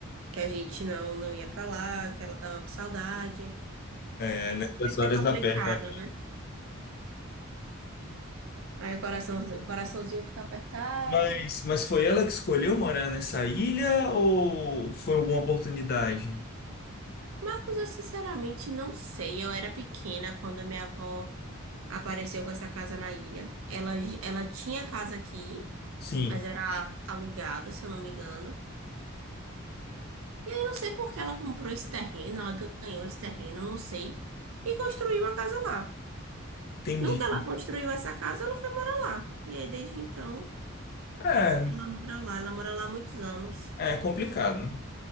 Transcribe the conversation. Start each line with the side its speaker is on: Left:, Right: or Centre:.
Right: que a gente não, não ia pra lá, que ela tava com saudade.
Left: É, nessas horas
Right: É, é complicado,
Left: aperta.
Right: né? Aí o coração, o coraçãozinho fica apertado.
Left: Mas, mas foi ela que escolheu morar nessa ilha ou foi alguma oportunidade?
Right: Marcos, eu sinceramente não sei. Eu era pequena quando minha avó apareceu com essa casa na ilha. Ela, ela tinha casa aqui,
Left: Sim,
Right: mas era alugada, se eu não me engano. E aí eu não sei por que ela comprou esse terreno, ela ganhou esse terreno, eu não sei, e construiu uma casa lá.
Left: entendi.
Right: No que ela construiu essa casa, ela foi morar lá. E aí desde então,
Left: É,
Right: ela mora lá, ela mora lá há muitos anos.
Left: é complicado. né?